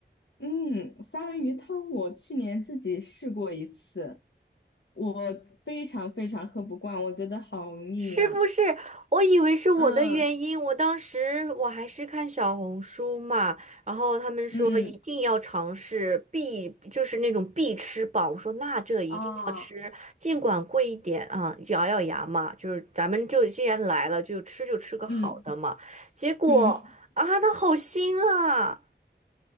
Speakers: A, on the left; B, on the right.
A: 嗯，三文鱼汤我去年自己试过一次，我非常非常喝不惯，我觉得好腻呀、
B: 是不是？我以为是我的原因，
A: 嗯
B: 我当时我还是看小红书嘛，然后他们说一定要尝试必，
A: 嗯
B: 就是那种必吃榜，我说那这一定要吃，
A: 啊
B: 尽管贵一点啊，咬咬牙嘛，就是咱们就既然来了，就吃就吃个好的嘛。
A: 嗯
B: 结果啊，
A: 嗯，
B: 它好腥啊，